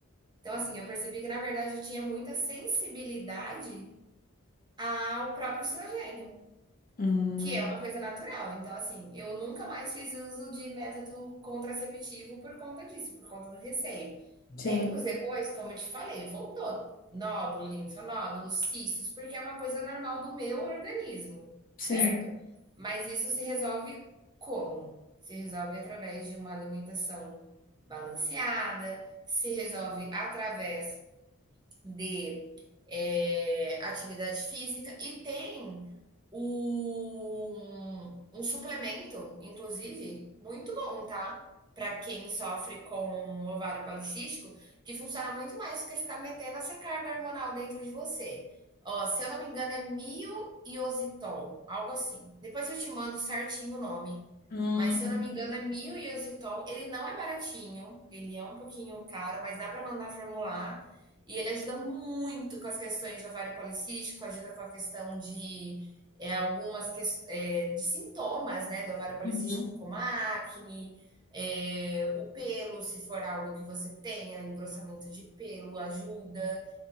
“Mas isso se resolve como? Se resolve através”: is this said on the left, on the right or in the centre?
Right